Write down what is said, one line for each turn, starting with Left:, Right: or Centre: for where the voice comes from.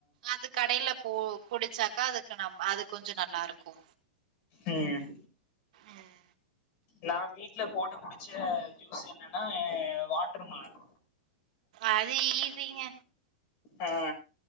Right: அது கடையில போ குடிச்சாக்கா அதுக்கு நம் அது கொஞ்சோ நல்லா இருக்கு
Left: ம்
Right: ம்
Left: நா வீட்ல போட்டு குடிச்ச ஜூஸ் என்னன்னா வாட்ருமெலன்
Right: அது ஈசிங்க
Left: அ